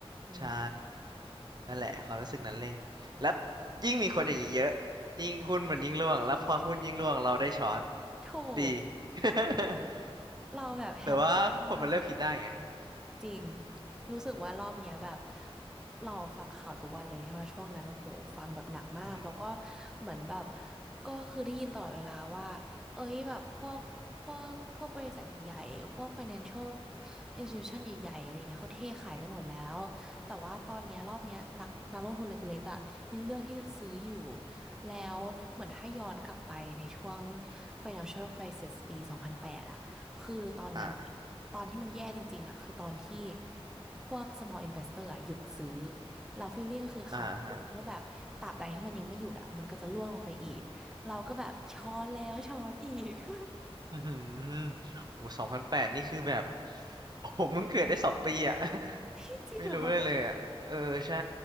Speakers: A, in the centre; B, on the right.
A: อืม
B: ใช่นั่นแหละความรู้สึกนั้นเลย แล้วยิ่งมีคนอย่างนี้เยอะยิ่งหุ้นมันยิ่งร่วง แล้วพอหุ้นยิ่งร่วงเราได้ช้อน
A: ถูก
B: ดี <laughs>
A: ถูก เราแบบแฮปปี้มาก
B: แต่ว่าคนมันเริ่มคิดได้ไง
A: จริง รู้สึกว่ารอบเนี้ยแบบเราฟังข่าวทุกวันเลยใช่ไหมช่วงนั้นโอ้โหฟังแบบหนักมากแล้วก็
B: อือหือ
A: เหมือนแบบก็คือได้ยินตลอดเวลาว่าเอ้ยแบบพวกพวกพวกบริษัทใหญ่ๆพวก financial institution ใหญ่ๆอะไรเงี้ยเขาเทขายกันหมดแล้วแต่ว่าตอนเนี้ยรอบเนี้ยนักนักลงทุนเล็กๆอ่ะยังเลือกที่จะซื้ออยู่
B: อือหือ
A: แล้วเหมือนถ้าย้อนกลับไปในช่วง financial crisis ปีสองพันแปดอ่ะคือตอนนั้น
B: อ่า
A: ตอนที่มันแย่จริงๆอ่ะคือตอนที่พวก small investor อ่ะหยุดซื้อเราฟ e ลล i ่งคือเขาก็พูดกันว่าแบบตราบใดที่มันยังไม่หยุดอ่ะมันก็จะร่วงลงไปอีกเราก็แบบช้อนแล้วช้อนอีก
B: อ่าฮะ
A: <laughs>
B: อือหือโอ้สองพันแปดนี่คือแบบ <laughs> ผมเพิ่งเกิดได้สองปีอ่ะ <laughs>
A: พี่จริงเหรอ
B: ไม่รู้เลยเลยอ่ะเออใช่